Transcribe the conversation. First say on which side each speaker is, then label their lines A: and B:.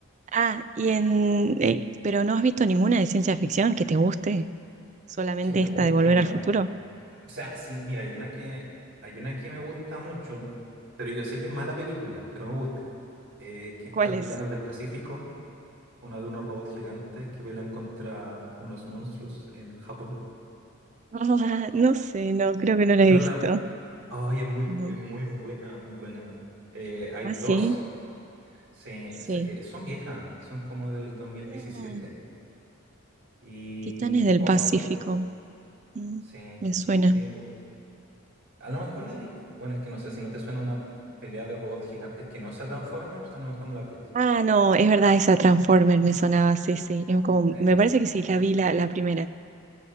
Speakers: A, on the right; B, on the right.
A: Ah, y en eh, pero no has visto ninguna de ciencia ficción que te guste, solamente
B: Que me
A: esta
B: guste.
A: de Volver al Futuro.
B: O sea, sí, mira, hay una que, hay una que me gusta mucho, pero yo sé que es mala película, pero me gusta. Eh, que está
A: ¿Cuál es?
B: Titanes del Pacífico, una de unos robots gigantes que pelean contra unos monstruos en Japón.
A: <laughs> no sé, no, creo que no la
B: No
A: he visto.
B: la, Ay, es muy,
A: No.
B: es muy buena, muy buena. Eh, hay
A: ¿Ah,
B: dos,
A: sí?
B: se-
A: Sí.
B: se- eh, son viejas, son como del 2017.
A: Mm,
B: Y...
A: Titanes del
B: Oh,
A: Pacífico.
B: no, pues,
A: Mm,
B: sí,
A: me suena.
B: sí. bo- A lo mejor la vi- Bueno, es que no sé, si no te suena una pelea de robots gigantes que no sea Transformers, a lo mejor no la has visto.
A: Ah, no, es verdad, esa Transformer me sonaba, sí, sí. Es como,
B: Eh,
A: me parece que sí, la vi la, la primera, es